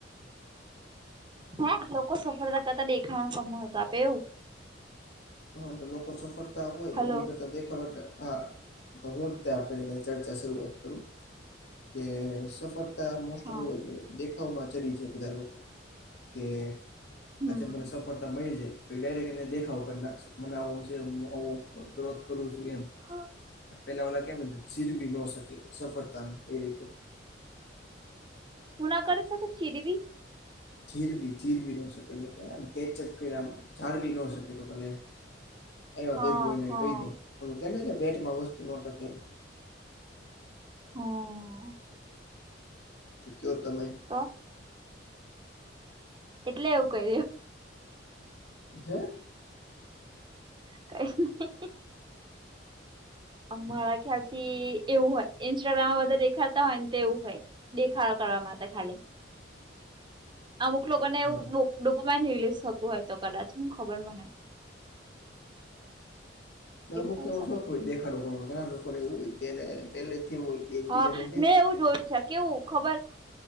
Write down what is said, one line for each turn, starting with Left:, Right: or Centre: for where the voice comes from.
Right: હેં લોકો સફળતા કરતા દેખાડીને બઉ મહત્ત્વ આપે એવું
Left: હા તો લોકો સફળતા હોય
Right: હલો
Left: એની કરતા દેખાડો તે આ અ હુ જ તે આપડે ચર્ચા શરૂઆત કરું કે સફળ તા મોસ્ટ
Right: હા
Left: ઓફ દેખાવમાં ચડી છે બધા લોકો કે
Right: હમ
Left: આજે મને સફળતા મયળી છે તો ડાયરેક્ટ એને દેખાવો કરી નાખ મનાવું છું ઉં ગ્રોથ કરું છું એમ
Right: હ
Left: પેલા ઓલા કેમ ઝીરવી ન શકે સફળતા એ રીતે
Right: હુ ના કરી શકે ચિરવી
Left: જીરવી જીરવી ન શકે એટલે કે કેચઅપ કંઈ આમ જાડવી ન શકે ટોટલ એમ આયવા
Right: હા
Left: ભેગું એને
Right: હા
Left: કહી દે ઓલુ કે ને કે પેટમાં વસ્તુ નો ટકે
Right: હં
Left: જો તમે
Right: તો એટલે એવું કરયુ
Left: હે
Right: <inaudible> મારા ખ્યાલ થી એવું હોય ઇન્સ્ટાગ્રામમાં બધા દેખાડતા હોય ને તેવું હોય. દેખાડો કરવા માટે ખાલી અમુક લોકોને એવું
Left: હા
Right: ડુપમાન રિલીઝ થતું હોય તો કદાચ હું ખબર મને
Left: અમુક
Right: કરી
Left: તો એવું
Right: શકે
Left: શોખ હોય દેખાડો કરવા ઘણા લોકોને એવું હોય જેને પહેલેથી હોય. કે એકબીજાને
Right: હા
Left: કે
Right: મેં એવું જોયું છે, કેવું ખબર